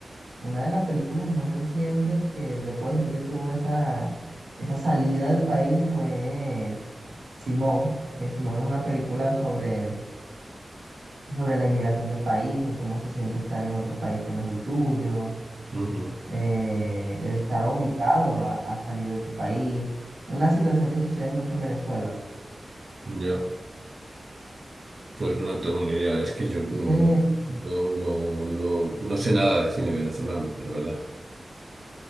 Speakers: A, on the right; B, on the right.
A: Una de las películas más recientes que le puedo decir que tuvo esa, esa salida del país fue Simón, que Simón es una película sobre, sobre la inmigración del país, el cómo se siente estar en otro país que no es el tuyo
B: Ujú,
A: eh, el estar obligado a, a salir de tu país, una situación que sucede mucho en Venezuela.
B: Ya, pues no tengo ni idea. Es que yo mm,
A: De,
B: no, no, no, no sé nada de cine venezolano, la verdad.